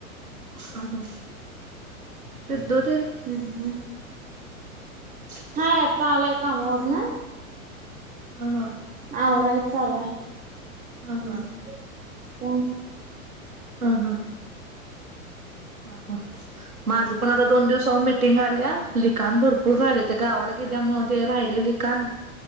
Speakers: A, on the right; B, on the right.
A: ह हं ते दो तीन
B: हम्म हम्
A: <inaudible>
B: हाय आत्ता आलाय कामावरनं.
A: हं हं
B: आवराय चालू हाय
A: हा
B: हम्म
A: हा
B: पण
A: हा हा. हा हा. माझं पण आता दोन दिवसावर मिटिंग आलिया, लिखाण भरपूर राहिलंया त्या गावाला गेल्या मुळं ते राहिलेले कान